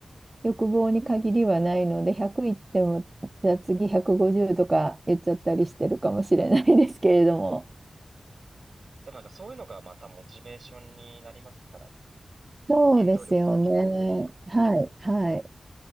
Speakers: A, on the right (about 35°); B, on the right (about 70°).
A: 欲望に限りはないので、100いっても、じゃあ次150とか言っちゃったりしてるかもしれないですけれども。
B: でもなんかそういうのがまたモチベーションになりますからね。
A: そうですよね。
B: 原動力というか。ええ
A: はい、はい。